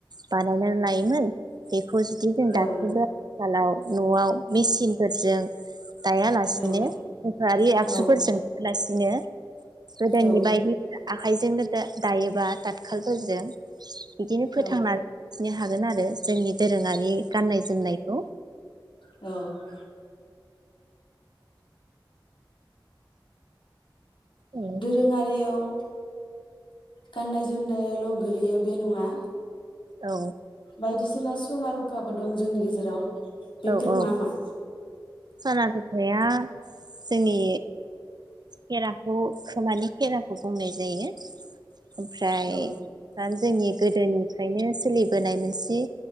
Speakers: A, on the right; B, on the left.
A: बानायनानै लायोमोन <unintelligible> पजिटिभ जों दासिमबो
B: औ
A: आथिखालाव न'आव मेचिनफोरजों दायालासिनोफोरआारि
B: औ
A: आगजुफोरजों
B: औ
A: दायालासिनो गोदोनि
B: औ
A: बायदिनो आखाइजोंनो दायोबा थाथखालफोरजों बिदिनो फोथांनानै
B: औ
A: नो हागोन आरो जोंनि दोरोङारि गाननाय जोमनायखौ
B: औ <inaudible>
A: औ
B: दोरोङारियाव गाननाय जोमनायाल' गोलैयो बे नङा
A: औ
B: बायदिसिनास सना रुफाबो दं जोंनि गेजेराव
A: औ
B: बेफोर
A: औ
B: मा मा
A: सना रुफाया जोंनि खेराखौ खोमानि खेरा खौ बुंनाय जायो ओमफ्राय
B: औ
A: दा जोंनि गोदोनिफ्रायनो सोलि बोनाय मोनसे